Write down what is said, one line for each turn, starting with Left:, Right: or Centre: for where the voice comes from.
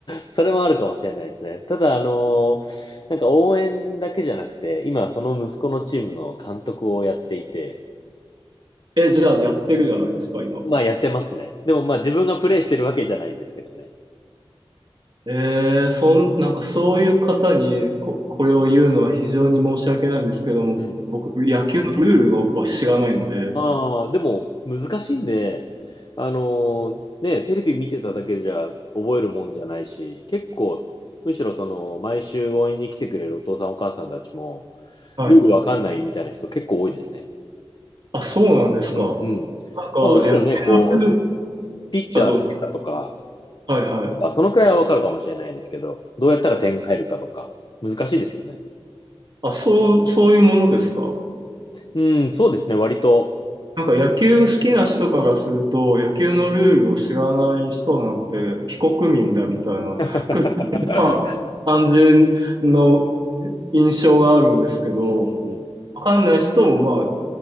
Left: それもあるかもしれないですね。ただ、あのーなんか応援だけじゃなくて、今その息子のチームの監督をやっていて、
Right: え、じゃあやってるじゃないですか、今。
Left: まあやってますね。でもまあ自分がプレイしてるわけじゃないんですけどね。
Right: えー、そん、なんかそういう方にこ、これを言うのは非常に申し訳ないんですけれども、
Left: うん。
Right: 僕、野球のルールをは知らないので、
Left: ああ、でも難しいんで、あのーね、テレビ見てただけじゃ覚えるもんじゃないし、結構、むしろその、毎週応援に来てくれるお父さんお母さんたちも、
Right: はい。
Left: ルールわかんないみたいな人結構多いですね。
Right: あ、そうなんですか。
Left: うんうん。
Right: なんか、
Left: まあもちろんね、
Right: 野球
Left: こ
Right: のルール
Left: う、ピッチャー投げたとか、
Right: はどう、はいはい。
Left: そのくらいはわかるかもしれないですけど、どうやったら点が入るかとか、難しいですよね。
Right: あ、そう、そういうものですか。
Left: うん、そうですね、割と。
Right: なんか野球好きな人からすると、野球のルールを知らない人なんて非国民だみたいな、
Left: <laughs>
Right: <laughs> くまあ感じの印象があるんですけど、
Left: うんうんうん。
Right: わかんない人もまあ、